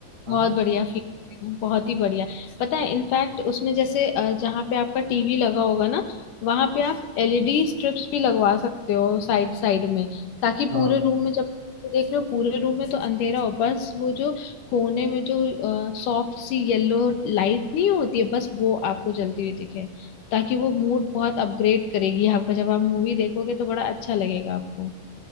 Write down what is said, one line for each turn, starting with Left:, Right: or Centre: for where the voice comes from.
Right: है
Left: बहुत
Right: ना
Left: बढ़िया फीचर बहुत ही बढ़िया पता है इनफैक्ट उसमें जैसे अ, जहाँ पे आपका टीवी लगा होगा ना वहां पे आप एलईडी स्ट्रिप्स भी लगवा सकते हो साइड साइड में ताकि
Right: हाँ
Left: पूरे रूम में जब देख रहे हो पूरे रूम में तो अंधेरा हो बस वो जो कोने में जो सॉफ्ट सी येलो लाइट नहीं होती है बस वो आपको जलती हुई दिखे ताकि वो मूड बहुत अपग्रेड करेगी आपका जब आप मूवी देखोगे तो बड़ा अच्छा लगेगा आपको